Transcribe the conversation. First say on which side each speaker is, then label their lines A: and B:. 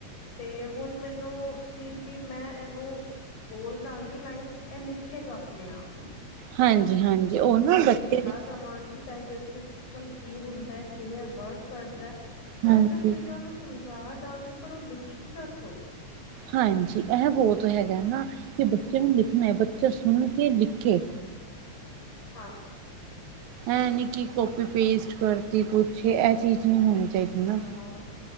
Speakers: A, on the left; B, on the right.
A: ਤੇ ਹੁਣ ਮੈਨੂੰ ਕੀ-ਕੀ ਮੈਂ ਇਹਨੂੰ ਬੋਲ ਦਾਂਗੀ ਲਾਈਨਸ, ਇਹ ਲਿਖੇਗਾ ਆਪਣੇ- ਆਪ।
B: ਹਾਂਜੀ, ਹਾਂਜੀ ਉਹ ਨਾ ਬੱਚੇ ਤੇ
A: ਦਵਾਂਗੀ, ਡਾਇਜੈਸਟਿਵ ਸਿਸਟਮ ਕੀ ਹੁੰਦਾ ਹੈ, ਕਿਵੇਂ ਵਰਕ ਕਰਦਾ ਮੈਂ
B: ਹਾਂਜੀ।
A: ਸਭ ਚੀਜ਼ਾਂ ਉਹਨੂੰ ਸਮਝਾ ਦਾਂਗੀ, ਪਰ ਉਹ ਲਿਖੇਗਾ ਖੁਦ।
B: ਹਾਂਜੀ, ਇਹ ਬਹੁਤ ਹੈਗਾ ਨਾ, ਕਿ ਬੱਚੇ ਨੂੰ ਲਿਖਣਾ ਹੈ, ਬੱਚਾ ਸੁਣ ਕੇ ਲਿਖੇ।
A: ਹਾਂ।
B: ਇਹ ਨੀ ਕਿ ਕੋਪੀ ਪੇਸਟ ਕਰਤੀ ਕੁਛ, ਇਹ ਚੀਜ਼ ਨਹੀਂ ਹੋਣੀ ਚਾਹੀਦੀ। ਨਾ।
A: ਹਾਂ-ਹਾਂ